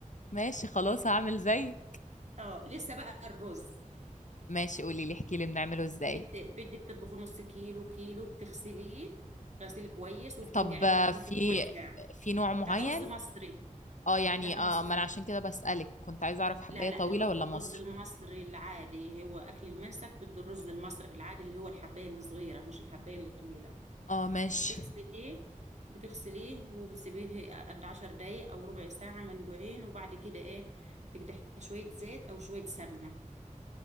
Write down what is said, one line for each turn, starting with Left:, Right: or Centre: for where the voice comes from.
Left: ماشي خلاص هعمل زي
Right: اه لسه بقى الرز
Left: ماشي قولي لي احكي لي بنعمله ازاي
Right: بت... بدك تطبخي نص كيلو كيلو بتغسليه غسيل كويس وبتنقعيه
Left: طب آه،
Right: لمدة
Left: في
Right: ربع ساعة
Left: في نوع معين
Right: هذا رز مصري
Left: اه يعني
Right: لا مصري
Left: اه ما انا عشان كده بسألك كنت عايزة اعرف حباية
Right: لا لا
Left: طويلة
Right: الر-
Left: ولا
Right: الرز
Left: مصري
Right: المصري العادي هو اكل المنسف بده الرز المصري العادي اللي هو الحباية الصغيرة مش الحباية الطويلة
Left: اه ماشي
Right: تغسليه بتغسليه وبتسيبيه قد عشر دقايق او ربع ساعة منقوعين وبعد كده ايه تقدحيه شوية زيت او شوية سمنة